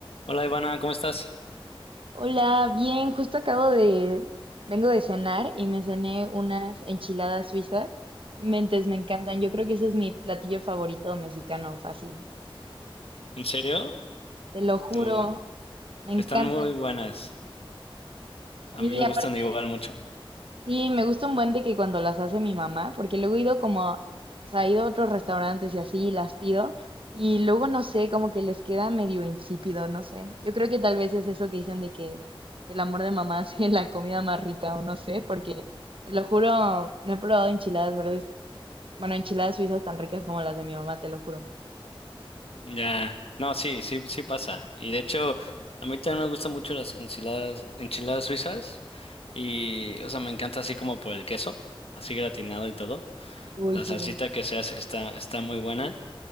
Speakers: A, on the left (about 85°); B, on the right (about 65°).
A: Hola Ivana, ¿cómo estás?
B: Hola, bien, justo acabo de, vengo de cenar y me cené unas enchiladas suizas. Mentes, me encantan. Yo creo que ese es mi platillo favorito mexicano, fácil.
A: ¿En serio?
B: Te lo juro,
A: No,
B: me encantan.
A: están muy buenas. A
B: Y
A: mí me
B: aparte,
A: gustan igual mucho.
B: Sí, me gusta un buen de que cuando las hace mi mamá, porque luego he ido como, a- o sea, he ido a otros restaurantes y así y las pido, y luego no sé, como que les queda medio insípido, no sé. Yo creo que tal vez es eso que dicen de que, que el amor de mamá <laughs> hace la comida más rica, o no sé, porque te lo juro, no he probado enchiladas verdes, bueno, enchiladas suizas tan ricas como las de mi mamá, te lo juro.
A: Ya, no, sí, sí, sí pasa. Y de hecho, a mí también me gustan mucho las enchiladas, enchiladas suizas. Y, o sea, me encanta así como por el queso, así gratinado y todo.
B: Uy,
A: La
B: sí.
A: salsita que se hace está, está muy buena.